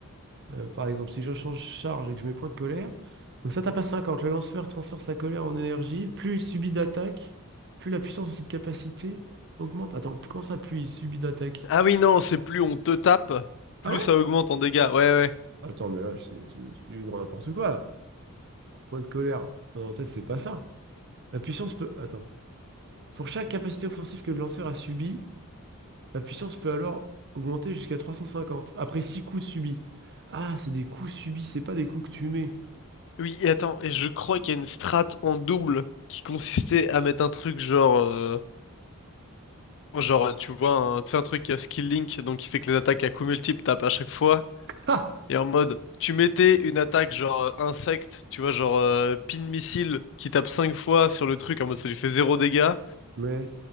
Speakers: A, on the right; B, on the left.
A: euh, par exemple, si je change charge et que je mets point de colère. Donc ça tape à 50. Le lanceur transfère sa colère en énergie. Plus il subit d'attaque, plus la puissance de cette capacité augmente. Attends, comment ça, plus il subit d'attaque?
B: Ah oui, non, c'est plus on te tape, plus
A: Ah ouais?
B: ça augmente en dégâts. Ouais, ouais.
A: Attends, mais là, c'est c'est du grand n'importe quoi là. Point de colère. Dans ma tête, c'est pas ça. La puissance peut. Attends. Pour chaque capacité offensive que le lanceur a subie, La puissance peut alors augmenter jusqu'à 350, après 6 coups subis. Ah, c'est des coups subis, c'est pas des coups que tu mets.
B: Oui, et attends, et je crois qu'il y a une strat en double qui consistait à mettre un truc genre, euh, genre, tu vois, un, tu sais, un truc à skill link, donc qui fait que les attaques à coups multiples tapent à chaque fois,
A: Ah!
B: Et en mode, tu mettais une attaque genre euh, insecte, tu vois, genre euh, pin missile qui tape 5 fois sur le truc en mode ça lui fait zéro dégâts.
A: Ouais.